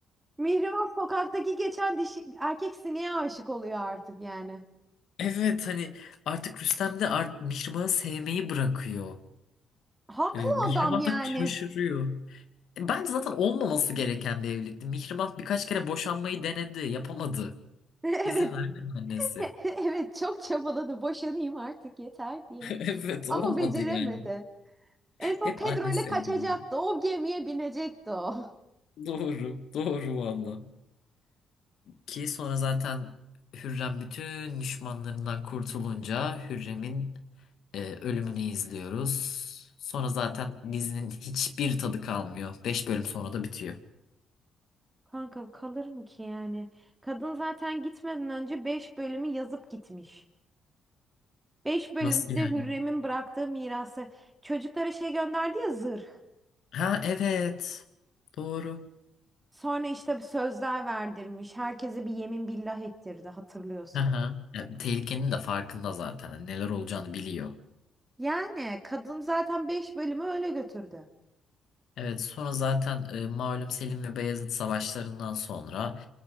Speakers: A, on the right; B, on the left.
A: Mihrimah sokaktaki geçen dişi, erkek sineğe aşık oluyor artık yani.
B: Evet hani artık Rüstem de art Mihrimah'ı sevmeyi bırakıyor.
A: Haklı
B: Ee, Mihrimah
A: adam yani.
B: da şaşırıyor. E, Bence zaten olmaması gereken bir evlilikti. Mihrimah birkaç kere boşanmayı denedi, yapamadı.
A: <laughs> Evet.
B: İzin vermedi annesi.
A: <laughs>
B: <laughs>
A: Evet çok çabaladı boşanayım artık yeter diye.
B: Evet olmadı
A: Ama beceremedi.
B: yani.
A: En son
B: Hep
A: Pedro
B: annesi
A: ile kaçacaktı.
B: engel oldu.
A: O gemiye binecekti o. <laughs>
B: Doğru, doğru valla. Ki sonra zaten Hürrem bütün düşmanlarından kurtulunca Hürrem'in e, ölümünü izliyoruz. Sonra zaten dizinin hiçbir tadı kalmıyor. 5 bölüm sonra da bitiyor.
A: Kanka kalır mı ki yani? Kadın zaten gitmeden önce 5 bölümü yazıp gitmiş. 5 bölümde
B: Nasıl yani?
A: de Hürrem'in bıraktığı mirası. Çocuklara şey gönderdi ya zırh.
B: Ha evet. Doğru.
A: Sonra işte bir sözler verdirmiş. Herkese bir yemin billah ettirdi hatırlıyorsan.
B: Hı hı. Ya, tehlikenin de farkında zaten. Hani neler olacağını biliyor.
A: Yani kadın zaten 5 bölümü öyle götürdü.
B: Evet sonra zaten e, malum Selim ve Beyazıt savaşlarından sonra